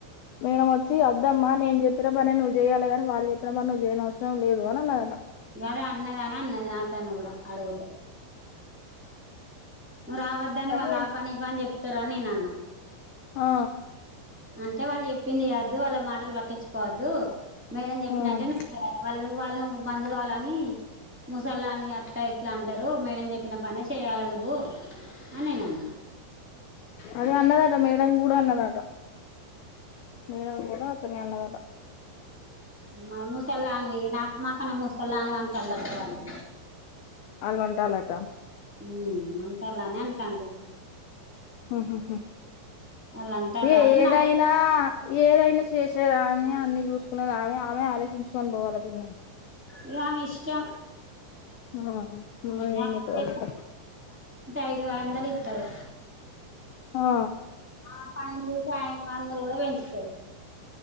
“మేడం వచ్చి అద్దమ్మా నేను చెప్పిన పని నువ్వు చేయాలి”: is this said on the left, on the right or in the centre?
Left